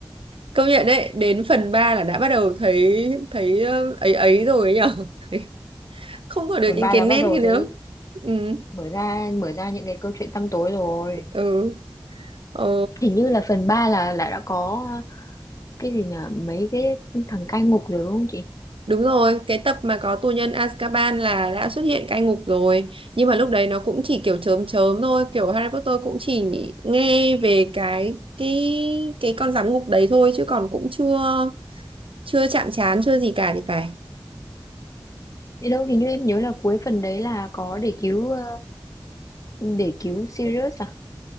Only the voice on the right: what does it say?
Công nhận đấy, đến phần 3 là đã bắt đầu thấy thấy ờ, ấy ấy rồi ấy nhở. <laughs> Không còn được
những
cái
nét
kia nữa.
Ừ.
Ừ. Ờ,
Đúng rồi, cái tập mà có tù nhân Azkaban là đã xuất hiện cai ngục rồi. Nhưng mà lúc đấy nó cũng chỉ kiểu chớm chớm thôi, kiểu Harry Potter cũng chỉ nghe về cái cái cái con giám ngục đấy thôi chứ còn cũng chưa chưa chạm trán chưa gì cả thì phải.